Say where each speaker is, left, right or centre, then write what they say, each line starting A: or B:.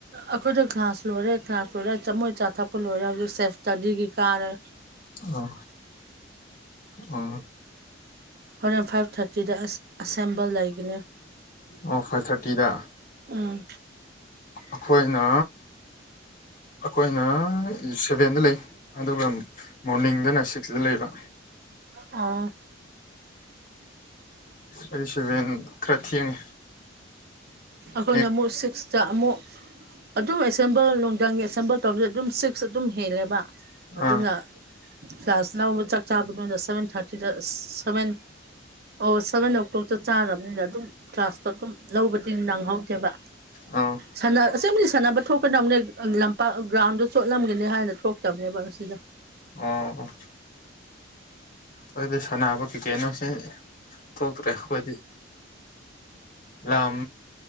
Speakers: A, on the right; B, on the left.
A: ꯑꯈꯣꯏꯗꯣ ꯒ꯭ꯂꯥꯁ ꯂꯣꯏꯔꯦ ꯀꯂ꯭ꯥꯁ ꯂꯣꯏꯔ ꯆꯃꯣꯏ ꯆꯥ ꯊꯛꯄ ꯂꯣꯏꯔꯦ ꯍꯧꯖꯤꯛ ꯁꯦꯞ ꯏꯁꯇꯗꯤꯒꯤ ꯀꯥꯔꯦ
B: ꯑꯣ ꯑꯪ
A: ꯍꯣꯔꯦꯟ ꯐꯥꯏꯚ ꯊꯥꯔꯇꯤꯗ ꯑꯁ ꯑꯁꯦꯝꯕꯜ ꯂꯩꯒꯅꯤ
B: ꯑꯣ ꯐꯥꯏꯚ ꯊꯥꯔꯇꯤꯗ
A: ꯎꯝ
B: ꯑꯈꯣꯏꯅ ꯑꯈꯣꯏꯅ ꯁꯚꯦꯟꯗ ꯂꯩ ꯑꯗꯨꯒ ꯃꯣꯔꯅꯤꯡꯗꯅ ꯁꯤꯛꯁꯗ ꯂꯩꯕ
A: ꯑꯣ
B: ꯑꯩ ꯁꯚꯦꯟ ꯈ꯭ꯔ ꯊꯦꯡꯉꯦ
A: ꯑꯈꯣꯏꯅ
B: ꯍꯦꯛ
A: ꯑꯃꯨꯛ ꯁꯤꯛꯁꯇꯥ ꯑꯃꯨꯛ ꯑꯗꯨꯝ ꯑꯦꯁꯦꯝꯕꯜ ꯅꯨꯡꯗꯥꯡꯒꯤ ꯑꯦꯁꯦꯝꯕꯜ ꯇꯧꯕꯁꯦ ꯑꯗꯨꯝ ꯁꯤꯛꯁ ꯑꯗꯨꯝ ꯍꯦꯜꯂꯦꯕ ꯑꯗꯨꯅ
B: ꯑꯥ
A: ꯆꯥꯔꯖ ꯂꯧꯕ ꯆꯥꯛ ꯆꯥꯕꯗꯨꯅ ꯁꯚꯦꯟ ꯊꯥꯔꯇꯤꯗ ꯁꯚꯦꯟ ꯑꯣ ꯁꯚꯦꯟ ꯑꯣ ꯀ꯭ꯂꯣꯛꯇꯣ ꯆꯥꯔꯕꯅꯤꯅ ꯑꯗꯨꯝ ꯀ꯭ꯂꯥꯁꯇꯣ ꯑꯗꯨꯝ ꯂꯧꯕ ꯇꯤꯟ ꯅꯪꯍꯧꯗꯦꯕ
B: ꯑꯥ ꯑꯣ
A: ꯁꯅꯥ ꯑꯁꯦꯡꯕꯗꯤ ꯁꯥꯟꯅꯕ ꯊꯣꯛꯀꯥꯗꯕꯅꯦ ꯂꯝꯄꯥꯛ ꯒ꯭ꯔꯥꯎꯟꯗꯣ ꯆꯣꯠꯂꯝꯒꯅꯤ ꯍꯥꯏꯅ ꯊꯣꯛꯇꯕꯅꯦꯕ ꯉꯁꯤꯗꯣ
B: ꯑꯣ ꯑꯣ ꯈꯣꯏꯗꯤ ꯁꯥꯟꯅꯕ ꯀꯩꯀꯦꯅꯣꯁꯤ ꯊꯣꯛꯇ꯭ꯔꯦ ꯑꯈꯣꯏꯗꯤ ꯂꯝ